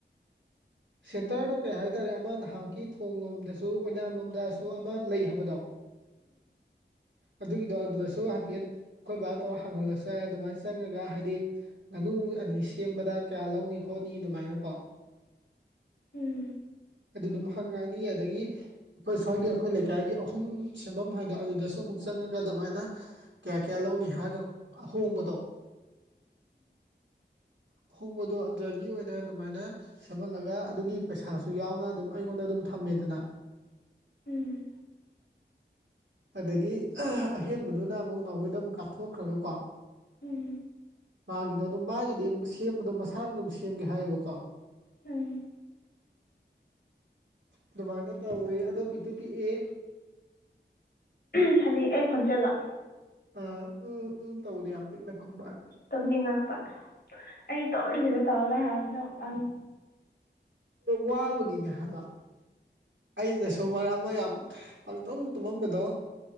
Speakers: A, on the left; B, on the right.
A: <unintelligible>
B: ꯁꯦꯟꯇꯔꯗꯣ ꯀꯩ ꯍꯥꯏꯇꯥꯔꯦ ꯑꯃ ꯅꯍꯥꯟ ꯃꯨꯛꯀꯤ ꯊꯣꯡ ꯂꯣꯝꯗꯁꯨ ꯑꯣꯏꯅꯥꯝꯂꯣꯝꯗꯁꯨ ꯑꯃ ꯂꯩ ꯍꯥꯏꯕꯗꯣ ꯑꯗꯨꯒꯤꯗꯣ ꯑꯗꯨꯗꯁꯨ ꯍꯥꯏꯐꯦꯠ ꯑꯩꯈꯣꯏ ꯕꯥ ꯇꯧꯔ ꯍꯥꯡꯍꯜꯂꯁꯨ ꯌꯥꯏ ꯑꯗꯨꯃꯥꯏꯅ ꯆꯪꯉꯒ ꯍꯥꯏꯗꯤ ꯉꯥꯅꯨ ꯑꯅꯤ ꯁꯦꯝꯕꯗ ꯀꯌꯥ ꯂꯧꯅꯤ ꯈꯣꯠꯅꯤ ꯑꯗꯨꯃꯥꯏꯅꯀꯣ
A: ꯎꯝ
B: ꯑꯗꯨ ꯑꯗꯨꯝ ꯍꯪꯉꯛꯑꯅꯤ ꯑꯗꯨꯗꯒꯤ ꯑꯩꯈꯣꯏ ꯁ꯭ꯋꯥꯏꯒꯤ ꯑꯩꯈꯣꯏ ꯂꯩꯀꯥꯏꯒꯤ <unintelligible> ꯁꯦꯝꯐꯝ ꯍꯥꯏꯗ ꯑꯗꯨꯗꯁꯨ ꯑꯃꯨꯛ ꯆꯪꯉꯒ ꯑꯗꯨꯃꯥꯏꯅ ꯀꯌꯥ ꯀꯌꯥ ꯂꯧꯅꯤ ꯍꯥꯏꯔꯒ ꯑꯍꯣꯡꯕꯗꯣ ꯑꯍꯣꯡꯕꯗꯣ ꯑꯗꯨꯗꯒꯤ ꯑꯣꯏꯅ ꯑꯗꯨꯃꯥꯏꯅ ꯁꯦꯝꯍꯜꯂꯒ ꯑꯗꯨꯒꯤ ꯄꯩꯁꯥꯁꯨ ꯌꯥꯎꯅ ꯑꯗꯨꯝ ꯑꯩꯉꯣꯟꯗ ꯑꯗꯨꯝ ꯊꯝꯃꯦꯗꯅ
A: ꯎꯝ
B: ꯑꯗꯒꯤ ꯑꯍꯦꯟꯕꯗꯨꯅ ꯑꯃꯨꯛ ꯅꯥꯎꯕꯣꯏꯗ ꯑꯃꯨꯛ ꯀꯥꯞꯊꯣꯛꯈ꯭ꯔꯒꯀꯣ
A: ꯎꯝ
B: ꯃꯥꯒꯤꯗꯣ ꯑꯗꯨꯝ ꯃꯥꯒꯤꯗꯤ ꯁꯦꯝꯕꯗꯣ ꯃꯁꯥꯅ ꯑꯗꯨꯝ ꯁꯦꯝꯒꯦ ꯍꯥꯏꯌꯦꯕꯀꯣ
A: ꯎꯝ
B: ꯑꯗꯨꯃꯥꯏꯅ ꯇꯧꯋꯦ ꯑꯗꯣ ꯄꯤꯛꯇꯨ ꯄꯤꯛꯑꯦ
A: <unintelligible> ꯑꯩ ꯈꯣꯟꯖꯦꯜꯂꯣ
B: ꯑ ꯎꯝ ꯎꯝ ꯇꯧꯗꫭ ꯌꯥꯝ ꯄꯤꯛꯅꯈꯨꯝ
A: ꯇꯨꯝꯅꯤꯡꯉꯛꯄ ꯑꯩ ꯇꯨꯝꯗꯣꯏꯗ <unintelligible>
B: ꯋꯥꯕꯒꯤꯅꯦ ꯍꯥꯏꯕ ꯑꯩꯅꯁꯨ ꯃꯔꯛ ꯑꯃ ꯌꯥꯝ ꯄꯡꯇꯨꯝ ꯇꯨꯝꯃꯝꯕꯗꯣ